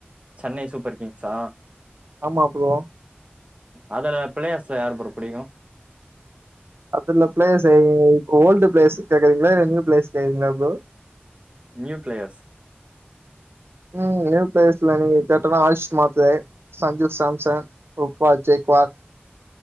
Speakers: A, on the right; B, on the right.
A: சென்னை சூப்பர் கிங்ஸா
B: ஆமா ப்ரோ
A: அதுல பிளேயர்ஸ் யாரு ப்ரோ பிடிக்கு
B: அதுல பிளேயர்ஸ் ஓல்டு பிளேயர்ஸ் கேக்குரிங்களா இல்ல நியூ பிளேயர்ஸ் கேக்குரிங்களா ப்ரோ
A: நியூ பிளேயர்ஸ்
B: ம் நியூ பிளேயர்ஸ்ல நீங்க கட்டனா ஆயிஷ் மாத்து சஞ்சு சாம்சன் உவால் ஜெக்வார்